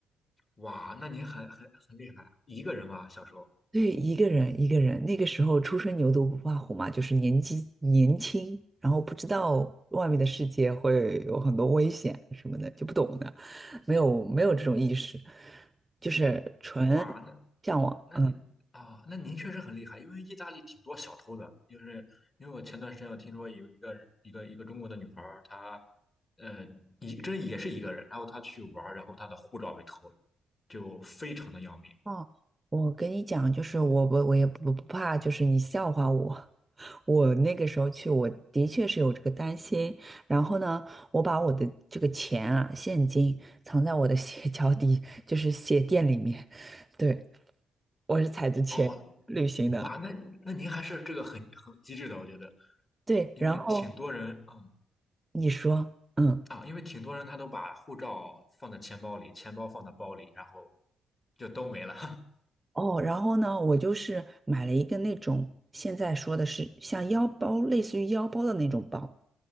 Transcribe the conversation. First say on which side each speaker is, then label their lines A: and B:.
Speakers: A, on the left; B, on the right.
A: 哇，那您很很很厉害啊，一个人吧，小时候，
B: 对，一个人一个人，那个时候初生牛犊不怕虎嘛，就是年纪年轻，然后不知道外面的世界会有很多危险什么的，就不懂的，没有没有这种意识，就是纯
A: 哇，那
B: 向往。
A: 那您啊，
B: 嗯，
A: 那您确实很厉害，因为意大利挺多小偷的，就是因为我前段时间我听说有一个一个一个中国的女孩儿，她呃一这也是一个人，然后她去玩儿，然后她的护照被偷了，就非常的要命。
B: 哦，我跟你讲，就是我我我也不不怕，就是你笑话我。我那个时候去，我的确是有这个担心。然后呢，我把我的这个钱啊，现金藏在我的鞋 <laughs> 脚底，就是鞋垫里面。对，我是踩着钱旅行的。
A: 哦，哇，那那您还是这个很很机智的，我觉得，
B: 对，
A: 因为挺多人，
B: 然后
A: 嗯
B: 你说，嗯，
A: 啊，因为挺多人他都把护照放在钱包里，钱包放在包里，然后就都没了。
B: 哦，然后呢，我就是买了一个那种现在说的是像腰包，类似于腰包的那种包，